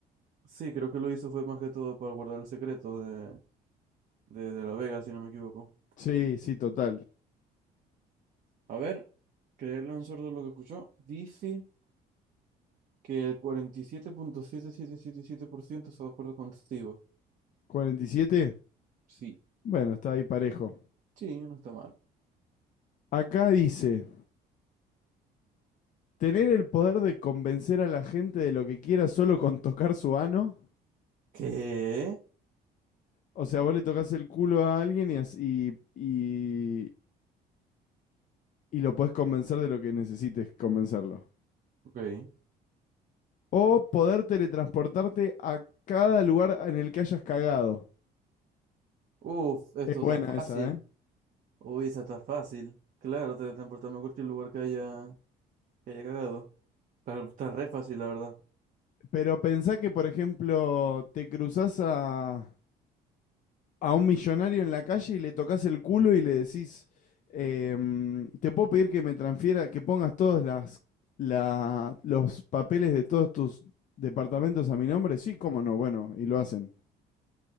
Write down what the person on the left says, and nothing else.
Sí, sí, total.
¿47?
Bueno, está ahí parejo.
Acá dice, ¿tener el poder de convencer a la gente de lo que quiera solo con tocar su ano?
O sea, vos le tocas el culo a alguien y, y, y, y lo podés convencer de lo que necesites convencerlo.
O poder teletransportarte a cada lugar en el que hayas cagado.
Es buena
esa, ¿eh?
Pero pensá que, por ejemplo, te cruzás a, a un millonario en la calle y le tocas el culo y le decís, em, te puedo pedir que me transfiera, que pongas todos las, la- los papeles de todos tus departamentos a mi nombre. Sí, cómo no, bueno, y lo hacen.